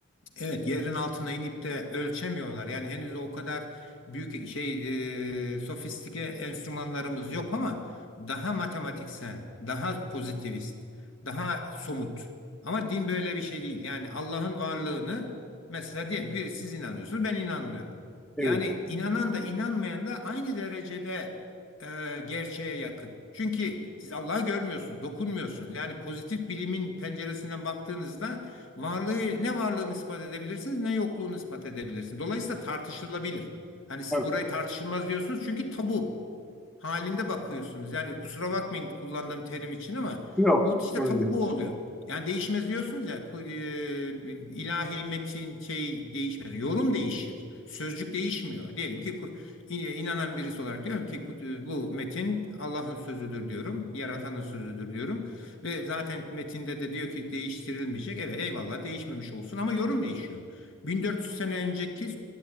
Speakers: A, on the left (about 75°); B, in the centre.
A: Evet, yerin altına inip de ölçemiyorlar. Yani henüz o kadar büyük şey e, sofistike enstrümanlarımız yok ama daha matematiksel, daha pozitivist, daha somut. Ama din böyle bir şey değil. Yani Allah'ın varlığını mesela diyelim bir siz inanıyorsunuz, ben inanmıyorum.
B: Evet,
A: Yani inanan da inanmayan da aynı derecede e, gerçeğe yakın. Çünkü siz Allah'ı görmüyorsunuz, dokunmuyorsunuz. Yani pozitif bilimin penceresinden baktığınızda Varlığı ne varlığını ispat edebilirsiniz ne yokluğunu ispat edebilirsiniz. Dolayısıyla tartışılabilir. Hani siz
B: evet.
A: burayı tartışılmaz diyorsunuz çünkü tabu halinde bakıyorsunuz. Yani kusura bakmayın kullandığım terim için ama
B: Yok,
A: bu işte
B: sorun
A: tabu
B: değil.
A: bu oluyor. Yani değişmez diyorsunuz ya ku- e, ilahi metin şey değişmez. Yorum değişir. Sözcük değişmiyor. Diyelim ki ku- in- inanan birisi olarak diyorum ki ku- bu metin Allah'ın sözüdür diyorum. Yaratanın sözüdür diyorum. Ve zaten metinde de diyor ki değiştirilmeyecek. Evet eyvallah değişmemiş olsun ama yorum değişiyor. 1400 sene önceki